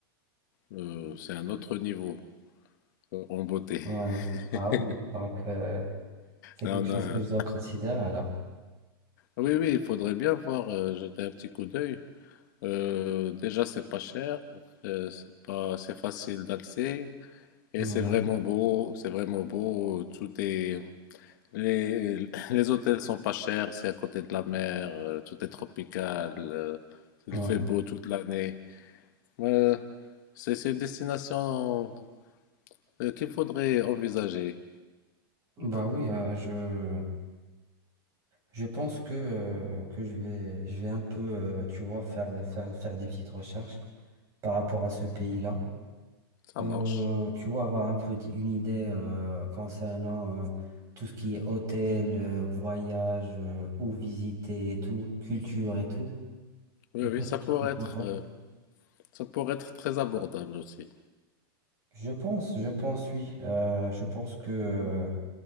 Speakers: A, on the left (about 55°); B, on the right (about 25°).
A: euh, c'est un autre niveau euh, en beauté.
B: Ouais. Ah
A: <laughs>
B: oui, donc euh, c'est
A: Là,
B: quelque
A: on
B: chose
A: a...
B: que je dois considérer alors.
A: Oui, oui, il faudrait bien voir, euh, jeter un petit coup d'œil. Euh, déjà, c'est pas cher, euh, c'est pas, c'est facile d'accès et
B: Ouais.
A: c'est vraiment beau, c'est vraiment beau. Tout est, les, les hôtels sont pas chers, c'est à côté de la mer, euh, tout est tropical, euh, il
B: Ouais.
A: fait beau toute l'année. Ouais, c'est c'est une destination euh, qu'il faudrait envisager.
B: Bah oui, euh, je, je pense que, euh, que je vais, je vais un peu, euh, tu vois, faire, faire, faire des petites recherches par rapport à ce pays-là.
A: Ça
B: Euh,
A: marche.
B: tu vois, avoir un peu d- une idée euh, concernant euh, tout ce qui est hôtel, euh, voyage, euh, où visiter et tout, culture et tout.
A: Oui,
B: Et
A: oui,
B: peut-être,
A: ça pourrait
B: pourquoi
A: être,
B: pas.
A: euh, ça pourrait être très abordable aussi.
B: Je pense, je pense, oui. Euh, je pense que euh,